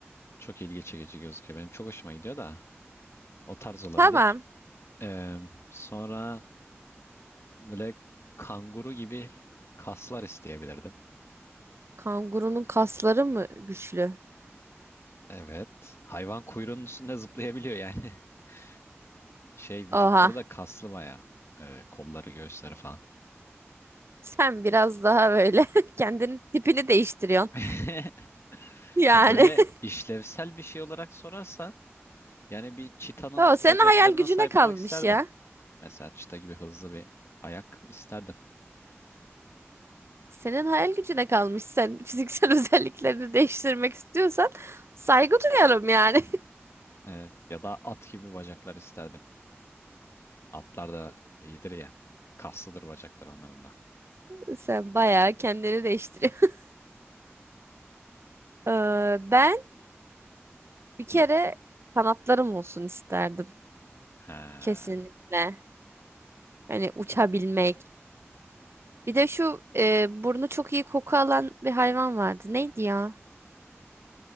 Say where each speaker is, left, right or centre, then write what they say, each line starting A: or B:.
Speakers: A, on the left; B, on the right.
A: Çok ilgi çekici gözüküyor. Benim çok hoşuma gidiyor da o tarz olabilir.
B: Tamam.
A: Ee, sonra böyle kanguru gibi kaslar isteyebilirdim.
B: Kangurunun kasları mı güçlü?
A: Evet. Hayvan kuyruğunun üstünde zıplayabiliyor yani. <laughs> Şey vücutları
B: Oha.
A: da kaslı bayağı. Ee, kolları, göğüsleri falan.
B: Sen biraz daha böyle <laughs> kendini tipini değiştiriyorsun.
A: <laughs>
B: Yani.
A: Ha böyle
B: <laughs>
A: işlevsel bir şey olarak sorarsan Yani bir çitanın
B: O senin
A: bacaklarına
B: hayal gücüne
A: sahip
B: kalmış
A: olmak isterdim.
B: ya.
A: Mesela çita gibi hızlı bir ayak isterdim.
B: Senin hayal gücüne kalmış. Sen fiziksel <laughs> özelliklerini değiştirmek istiyorsan saygı duyarım yani.
A: Ee, ya da at gibi bacaklar isterdim. Atlar da iyidir ya. Kaslıdır bacaklar onların da.
B: <laughs> Sen bayağı kendini değiştiriyorsun. <laughs> Ee, ben bir kere
A: Hı.
B: kanatlarım olsun isterdim.
A: He.
B: Kesinlikle. Hani uçabilmek. Bir de şu e, burnu çok iyi koku alan bir hayvan vardı. Neydi ya?